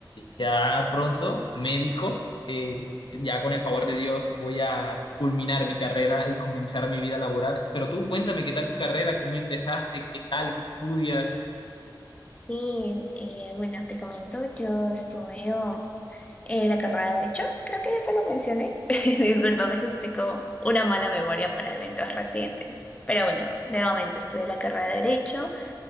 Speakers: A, on the left; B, on the left.
A: Ya pronto, médico, eh, ya con el favor de Dios voy a culminar mi carrera y comenzar mi vida laboral. Pero tú cuéntame, ¿qué tal tu carrera? ¿Cómo ingresaste? ¿Qué tal? ¿Qué estudias?
B: Sí, eh, bueno, te comento, yo estudio eh, la carrera de Derecho, creo que ya te lo mencioné. <laughs> Disculpa, a veces tengo una mala memoria para eventos recientes. Pero bueno, nuevamente estudio la carrera de Derecho.